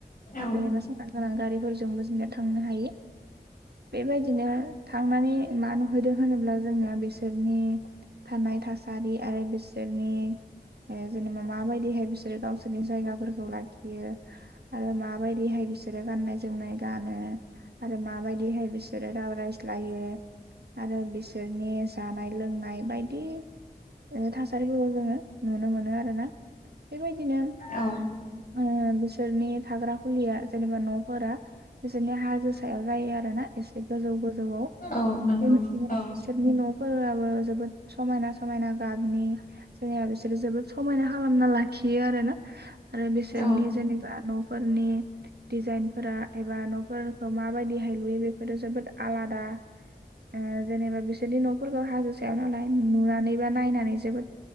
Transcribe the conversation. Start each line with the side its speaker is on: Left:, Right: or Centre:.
Left: औ
Right: जेनेबा सारां गारां गोनां गारिफोरजोंबो जोंनिया थांनो हायो। बेबायदिनो थांनानै मा नुहैदों, होनोब्ला जोंना बिसोर नि थानाय थासारि आरो बिसोर नि ए, ् जेनेबा माबायदिहाय बिसोरो गावसोरनि जायगाफोरखौ लाखियो। आरो मा? माबायदिहाय बिसोरो गाननाय जोमनाय गानो। आरो माबायदि हाय बिसोरो राव रायज्लायो? आरो बिसोर नि जानाय लोंनाय बाय दि। ओ थासारिफोरखौ जोंङो नुनो मोनो आरोना। बेबायदिनो
Left: औ
Right: उम बिसोरनि थाग्रा फुलिया जेनेबा न'फोरा, बिसोरनि हाजो सायाव जायो आरो ना। एसे गोजौ गोजौ जौआव
Left: औ नंगौ
Right: बेबायदिनो
Left: औ
Right: बिसोरनि न' फोराबो जोबोद समायना समायना गाबनि जेनेबा, बिसोरो जोबोद समायना खालामना लाखि खियो आरो ना। आरो बिसोरनि
Left: औ
Right: जेनेबा न'फोरनि दिजाइनफोरा एबा न'फोरखौ माबायदिहाय लुयो बेफोरो जोबोद आलादा। ओ जेनेबा बिसोरनि न'फोरखौ हाजो सायाव नालाय नुनानै बा, नायनानै जोबोद